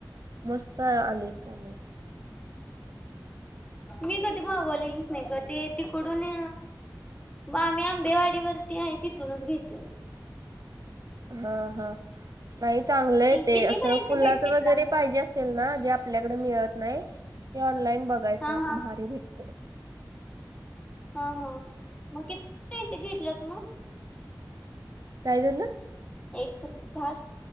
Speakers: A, on the right (about 55°); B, on the left (about 20°).
A: मस्त आले त्यानी.
B: मी कधी मागवलेलीच नाही ग ते तिकडून म आम्ही आंबेवाडीवरती आहे तिथूनच घेतोय.
A: हा हा नाही चांगलंय आहे ते
B: कितीपर्यंत
A: असं फुलाच
B: भेटेल
A: वगैरे
B: ना मग
A: पाहिजे असेल ना जे आप आपल्याकडं मिळत नाही ते ऑनलाईन बघायचं
B: हा हा
A: भारी भेटतयं.
B: हा हा मग किती घेतल्यात मग?
A: काय झालं?
B: एक झाड